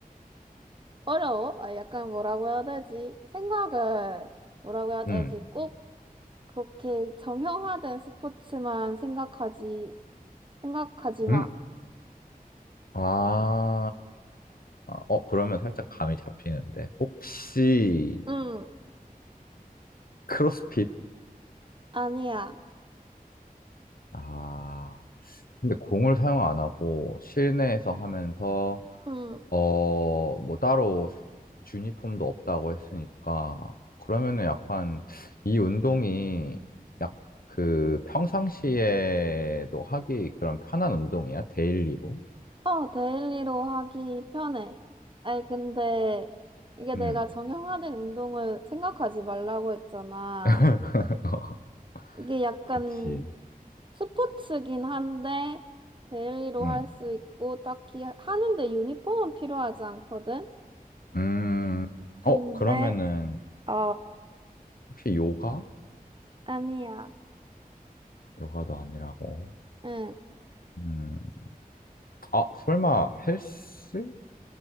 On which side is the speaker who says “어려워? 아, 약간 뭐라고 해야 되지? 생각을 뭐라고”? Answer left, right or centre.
Right